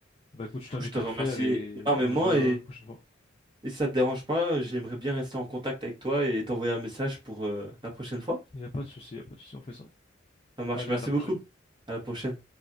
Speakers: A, on the left (about 30°); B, on the right (about 25°).
A: Bah écoute, je
B: Du
A: t'invite
B: coup, je te
A: à
B: remercie
A: le faire et
B: énormément
A: on se voit
B: et,
A: la prochaine fois.
B: et si ça te dérange pas, j'aimerais bien rester en contact avec toi et t'envoyer un message pour euh, la prochaine fois.
A: Il n'y a pas de souci, il n'y a pas de souci, on fait ça.
B: Ça marche,
A: Allez,
B: merci
A: à la prochaine.
B: beaucoup. À la prochaine.